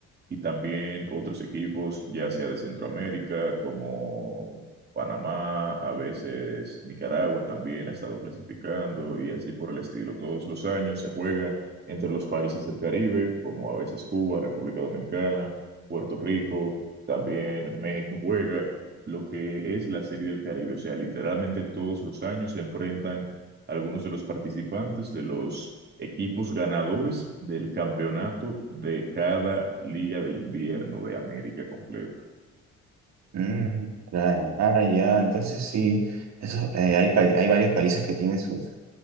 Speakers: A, on the right; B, on the right.
A: y también otros equipos, ya sea de Centroamérica, como Panamá, a veces Nicaragua también ha estado clasificando, y así por el estilo. Todos los años se juega entre los países del Caribe, como a veces Cuba, República Dominicana, Puerto Rico, también México juega lo que es la Serie del Caribe. O sea, literalmente todos los años se enfrentan algunos de los participantes de los equipos ganadores del campeonato de cada liga de invierno de América completa.
B: Mm, claro. Ah, ya, entonces sí, eso, eh, hay, pa- hay varios países que tienen sus,